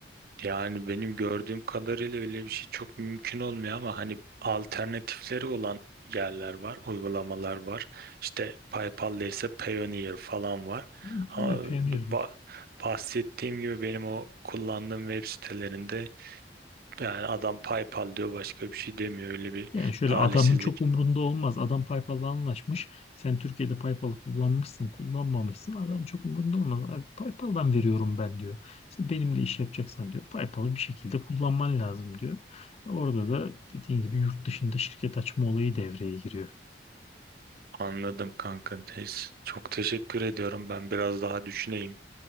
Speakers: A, on the right; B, on the left.
A: Yani benim gördüğüm kadarıyla öyle bir şey çok mümkün olmuyor ama hani alternatifleri olan yerler var, uygulamalar var. İşte PayPal'da ise Payoneer falan var.
B: Hı,
A: Ama
B: Evet beğeniyorum.
A: bu ba- bahsettiğim gibi benim o kullandığım web sitelerinde yani adam PayPal diyor başka bir şey demiyor. Öyle bir
B: Yani şöyle
A: talihsizlik
B: adamın çok umrunda olmaz. Adam PayPal'la anlaşmış. Sen Türkiye'de PayPal'ı kullanmışsın, kullanmamışsın. Adam çok umrunda olmaz. Abi, PayPal'dan veriyorum ben diyor. İşte benimle iş yapacaksan diyor. PayPal'ı bir şekilde kullanman lazım diyor. Orada da dediğin gibi yurt dışında şirket açma olayı devreye giriyor.
A: anladım kanka. Neyse, Çok teşekkür ediyorum. Ben biraz daha düşüneyim.